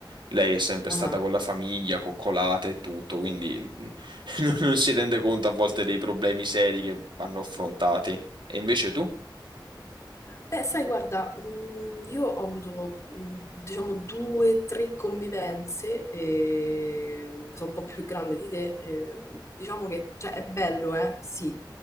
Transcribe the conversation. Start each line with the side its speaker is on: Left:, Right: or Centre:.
Right: Lei è sempre
Left: ah.
Right: stata con la famiglia, coccolata e tutto, quindi <laughs> non non si rende conto a volte dei problemi seri che vanno affrontati. E invece tu?
Left: Beh, sai, guarda, mm, io ho avuto, mm, diciamo, due, o tre convivenze, e sono un po' più grande di te, e diciamo che, cioè, è bello, eh? Sì,